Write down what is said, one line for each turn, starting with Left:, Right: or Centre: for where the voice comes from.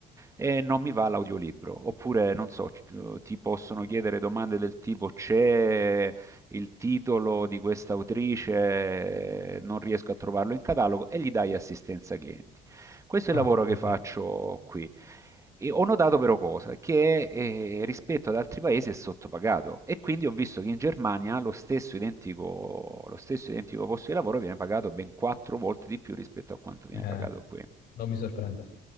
Right: e non mi va l'audiolibro. Oppure, non so, c- ti possono chiedere domande del tipo: C'è il titolo di questa autrice? Non riesco a trovarlo in catalogo e gli dai assistenza ai clienti. Questo è
Left: Ah,
Right: il lavoro che
Left: ok.
Right: faccio qui. E ho notato però cosa? Che eh, rispetto ad altri paesi è sottopagato e quindi ho visto che in Germania lo stesso identico, lo stesso identico posto di lavoro viene pagato ben quattro volte di più rispetto a quanto viene
Left: Eh,
Right: pagato qui.
Left: non mi sorprende.